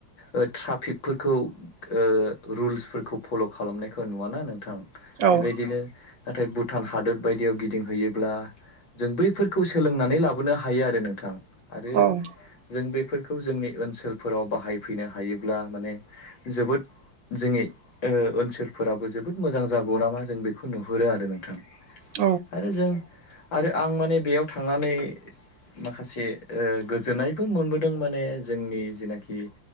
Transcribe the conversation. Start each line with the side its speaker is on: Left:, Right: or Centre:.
Left: ओ ट्राफिकफोरखौ ओ रुल्सफोरखौ फल' खालामनायखौ नुवाना नों थां
Right: औ
Left: बेबायदिनो नाथाय भुटान हादोर बायदियाव गिदिंहैयोब्ला जों बैफोरखौ सोलोंनानै लाबो नो हायो आरो नोंथां आरो
Right: औ
Left: जों बेफोर खौ जोंनि ओनसोलफोराव बाहायफैनो हायोब्ला माने जोबोद जोंनि ओ ओनसोलफोराबो जोबोद मोजां जागौ नामा जों बेखौ नुहुरो आरो नोंथां
Right: औ
Left: आरो जों आरो आं माने बेयाव थांनानै माखासे ओ गोजोननायबो मोनबोदों माने जोंनि जेनाखि